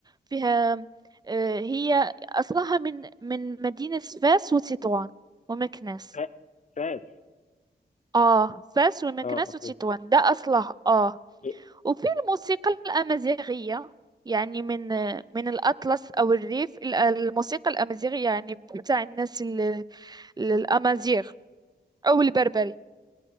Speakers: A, on the right; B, on the left.
A: فيها آه، هي أصلها من من مدينة فاس وتطوان ومكناس
B: فا- فاز
A: آه فاس ومكناس
B: اه اوكي
A: وتطوان ده أصلها آه
B: إيه،
A: وفي الموسيقى الأمازيغية يعني من من الأطلس أو الريف ال- الموسيقى الأمازيغية يعني بتاع الناس ال- ال- الأمازيغ أو البربري